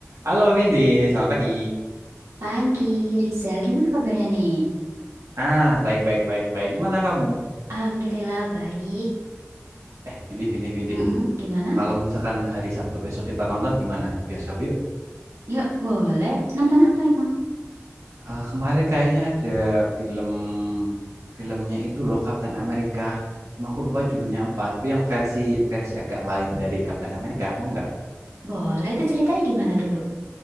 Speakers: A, on the right; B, on the right.
A: Halo Vindi, selamat pagi.
B: Pagi, Rizal. Gimana kabarnya nih?
A: Ah, baik baik baik baik. Gimana kamu?
B: Alhamdulillah, baik.
A: Eh, Vindi Vindi Vindi.
B: Mm-mm, gimana?
A: Kalau misalkan hari Sabtu besok kita nonton gimana? Ke bioskop yuk.
B: Yuk, boleh. Nonton apa emang?
A: Ah, kemarin kayaknya ada film filmnya itu loh Captain America. Cuma aku lupa judulnya apa, tapi yang versi versi agak lain dari Captain America. Mau nggak?
B: Boleh, itu ceritanya gimana dulu?